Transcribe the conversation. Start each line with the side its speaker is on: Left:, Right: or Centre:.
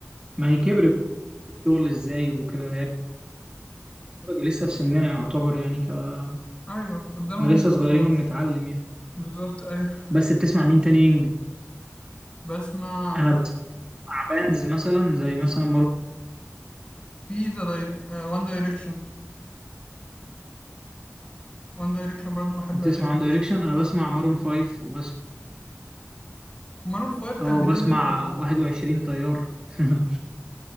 Right: ما هي كبرت في الشغل ازاي وكده هي لسه في سننا يعتبر يعني فاحنا
Left: ايوه قدامها
Right: لسه
Left: لسه
Right: صغيرين
Left: مشوار
Right: وبنتعلم يعني
Left: بالظبط ايوه
Right: بس بتسمع مين تاني
Left: بسمع
Right: انا بسمع باندز مثلا زي مثلا مارون
Left: في ذا داير... وان دايركشن وان دايركشن برضو بحب
Right: بتسمع
Left: اغانيهم
Right: عن دايركشن
Left: جدا
Right: انا بسمع مارون فايف وبس
Left: مارون فايف كان
Right: اه وبسمع
Left: منزل أغ...
Right: 21 طيار <laughs>